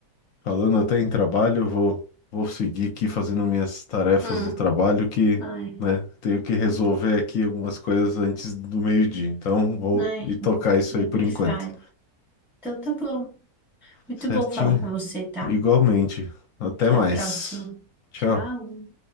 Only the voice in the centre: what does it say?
Hum.
Ai,
ai,
nem
me
fale. Então tá bom. Muito
bom falar com você, tá?
Até
a próxima.
Tchau.